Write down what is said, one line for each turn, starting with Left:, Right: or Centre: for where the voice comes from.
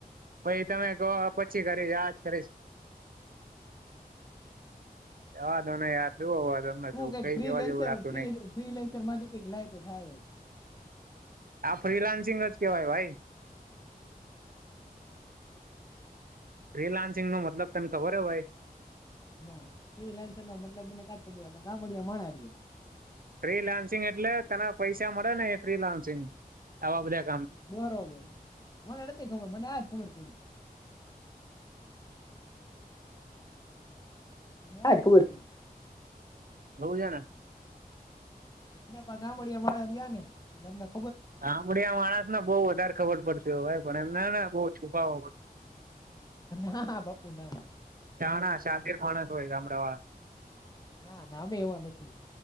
Right: પઈ તમે કો પછી કરીશ આજ કરીશ. રવાદોને યાર. શું હવે તમને
Left: તું
Right: કવ
Left: કઈક
Right: કઈ
Left: ફ્રીલેન્સર
Right: કેવા જેવું રાખ્યું નહી
Left: ફિલેન્સર માંથી કઈક લા. <unintelligible>
Right: આ ફ્રીલાન્સિંગ જ કેવાય ભાઈ. રીલાન્સિંગનો મતલબ તને ખબર હો ભાઈ?
Left: નાં રીલાન્સિંગનો મતલબ મનેકા ખબર ગામડિયાં માણહ એટલે.
Right: ફ્રીલાન્સિંગ એટલે તને પૈસા મળેને એ ફ્રીલાન્સિંગ આવા બધાં
Left: બરોબર મને નથી ખબર મને આજ ખબર પડી. આજ ખબર.
Right: હોવું છેને.
Left: <unintelligible> <unintelligible>
Right: ગામળિયાં માણસને બો વધારે ખબર પડતી. ભાઈ પણ એમ નાના બો છુપાવ
Left: હા હા બાપુનાં
Right: જાણા શાતિર માણસ હોય ગામડાવાળા.
Left: ના અમે એવા નથી.